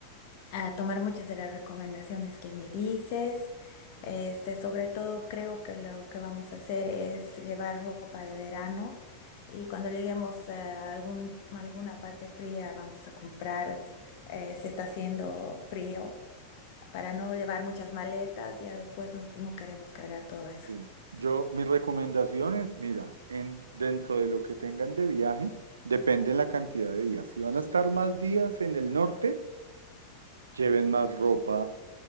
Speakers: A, on the left; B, on the right.
A: a tomar muchas de las recomendaciones que me dices. Este, sobre todo creo que lo que vamos a hacer es llevar ropa de verano y cuando lleguemos a algún, alguna parte fría vamos a comprar eh, si está haciendo frío para no llevar muchas maletas, ya después no, no queremos cargar todo eso.
B: Sí. Yo, mis recomendaciones, mira, en, dentro de lo que tengan de viaje, depende la cantidad de días. Si van a estar más días en el norte, lleven más ropa